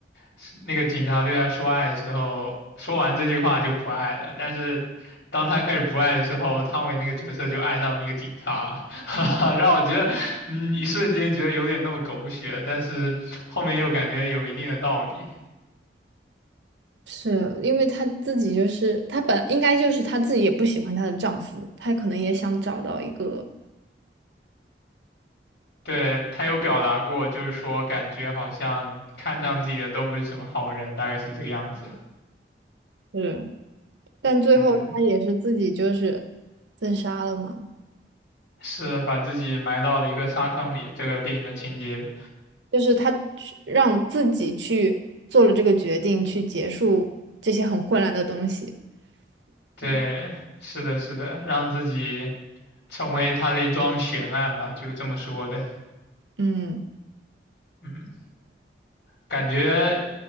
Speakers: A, on the left; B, on the right.
A: 是那个警察对他说爱的时候，说完这句话就不爱了。但是当他开始不爱的时候，汤唯那个角色就爱上那个警察，<laughs> 让我觉得，嗯，一瞬间觉得有点那么狗血，但是后面又感觉有一定的道理。
B: 是因为她自己就是她本应该就是她自己也不喜欢她的丈夫，她可能也想找到一个
A: 对，他有表达过，就是说感觉好像看上自己的都不是什么好人，大概是这个样子。
B: 是。但最后他也是自己就是
A: 嗯，
B: 自杀了嘛，
A: 是把自己埋到了一个沙坑里，这个电影的情节。
B: 就是他去让自己去做了这个决定，去结束这些很混乱的东西。
A: 对，
B: 嗯
A: 是的，是的，让自己成为他的一桩悬案吧，就这么说的。
B: 嗯，
A: 嗯，感觉，